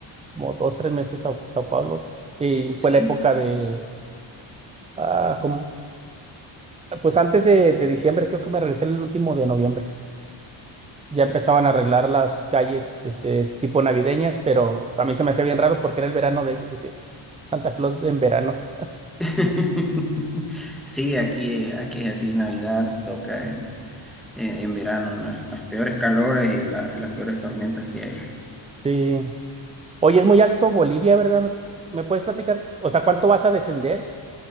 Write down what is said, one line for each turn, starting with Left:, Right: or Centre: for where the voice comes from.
Right: como dos, tres meses a Sao Paulo, y fue
Centre: ¿Sí?
Right: la época de, ah, como, pues antes de, de diciembre, creo que me regresé el último de noviembre. Ya empezaban a arreglar las calles, este, tipo navideñas, pero a mí se me hacía bien raro porque era el verano de ellos, dije, Santa Claus en verano.
Centre: <laughs> Sí, aquí, aquí es así, Navidad toca en eh, en verano, las, las peores calores y la- las peores tormentas que hay.
Right: Sí. Oye, es muy alto Bolivia, ¿verdad? ¿Me me puedes platicar? O sea, ¿cuánto vas a descender?